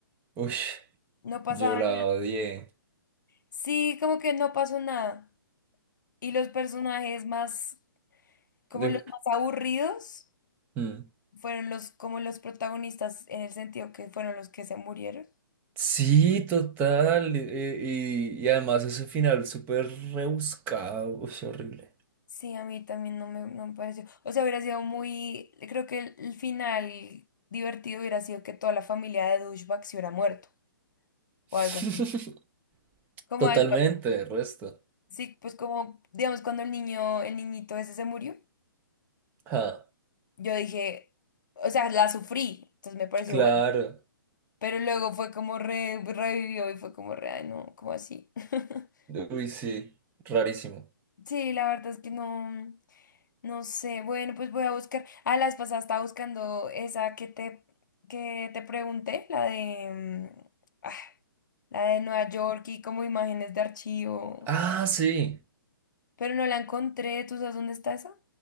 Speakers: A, on the right; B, on the left.
A: Uy,
B: No pasaba.
A: yo la odié.
B: Sí, como que no pasó nada. Y los personajes más, como
A: Uf,
B: los más aburridos,
A: mm.
B: fueron los, como los protagonistas en el sentido que fueron los que se murieron.
A: Sí, total. Y, y- y además ese final súper rebuscado. Uy, horrible.
B: Sí, a mí también no me, no me pareció. O sea, hubiera sido muy. Creo que el, el final divertido hubiera sido que toda la familia de Douchebag se hubiera muerto
A: <laughs>
B: o algo así. Como
A: Totalmente,
B: algo
A: el resto.
B: Sí, pues como, digamos, cuando el niño, el niñito ese se murió,
A: Ah,
B: yo dije, o sea, la sufrí, entonces me pareció
A: claro.
B: bueno. Pero luego fue como re- revivió y fue como re, ay, no, como así. <laughs>
A: Uy, sí, rarísimo.
B: Sí, la verdad es que no, no sé. Bueno, pues voy a buscar. Ah, la vez pasada estaba buscando esa que te, que te pregunté, la de, mm, ah, la de Nueva York y como imágenes de archivo.
A: Ah, sí,
B: Pero no la encontré. ¿Tú sabes dónde está esa?